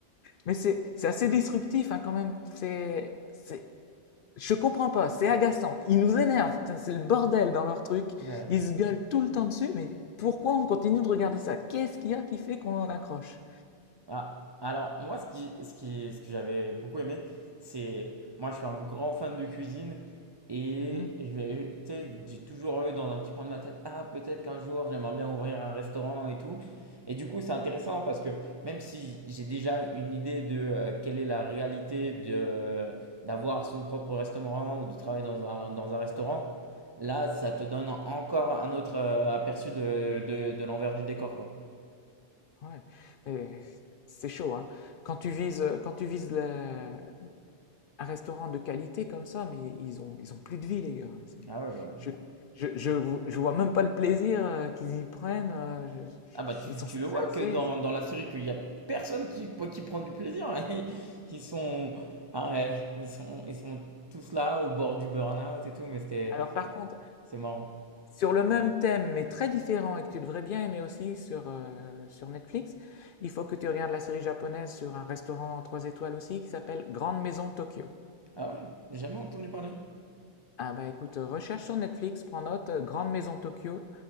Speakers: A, on the left (about 60°); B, on the right (about 35°).
A: Mais c'est c'est assez disruptif hein, quand même. C'est c'est je comprends pas, c'est agaçant. Ils nous énervent, Putain, c'est le bordel dans leur truc.
B: Ouais.
A: Ils se gueulent tout le temps dessus, mais pourquoi on continue de regarder ça? Qu'est-ce qu'il y a qui fait qu'on en accroche?
B: Ah, alors moi ce qui, ce qui, ce que j'avais beaucoup aimé, c'est moi je suis un grand fan de cuisine et
A: Mhm,
B: je vais, tu sais, j'ai toujours eu dans un petit coin de ma tête, ah peut-être qu'un jour j'aimerais bien ouvrir un restaurant et tout. Et du coup c'est intéressant parce que même si j'ai déjà une idée de euh, quelle est la réalité de d'avoir son propre restaurant ou de travailler dans un, dans un restaurant, là ça te donne encore un autre euh, aperçu de, de, de l'envers du décor quoi.
A: ouais. Mais C'est chaud, hein. Quand tu vises, quand tu vises le- un restaurant de qualité comme ça, mais ils ont, ils ont plus de vie, les gars. C'est-
B: Ah ouais, bah.
A: Je, je, je, vo- je vois même pas le plaisir euh, qu'ils y prennent. euh, je-
B: Ah bah tu,
A: je- ils sont
B: tu
A: stressés.
B: le vois que dans, dans la série qu'il y a personne qui, qui prend du plaisir. <laughs> Ils sont, ah ouais, ils sont, ils sont tous là au bord du burn-out et tout, mais c'était,
A: Alors, par contre,
B: c'est marrant.
A: sur le même thème, mais très différent, et que tu devrais bien aimer aussi sur, euh, sur Netflix, il faut que tu regardes la série japonaise sur un restaurant 3 étoiles aussi qui s'appelle Grande Maison Tokyo.
B: Ah ouais, j'ai jamais entendu parler.
A: Ah bah écoute, euh, recherche sur Netflix, prends note, euh, Grande Maison Tokyo.